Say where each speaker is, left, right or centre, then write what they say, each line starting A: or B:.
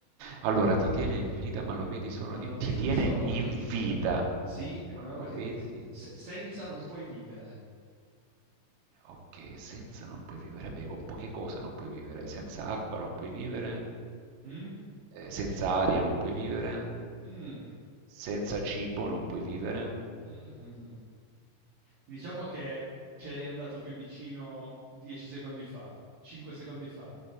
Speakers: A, on the right (about 80°); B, on the right (about 65°).
A: Allora, ti tiene in vita, ma lo vedi solo
B: Ma
A: di...
B: lo vedi
A: Ti tiene
B: solo
A: in
B: d'inverno.
A: vita,
B: Sì, è una
A: ma
B: roba
A: lo
B: che
A: vedi
B: ti- se- senza non
A: solo...
B: puoi vivere.
A: Ok, senza non puoi vivere. Eh Beh, con poche cose non puoi vivere. Senza acqua non puoi vivere.
B: Mm?
A: eh, senza aria non puoi vivere.
B: Mm.
A: Senza cibo non puoi vivere.
B: <laughs> Mhm. Diciamo che ci eri andato più vicino 10 secondi fa, 5 secondi fa.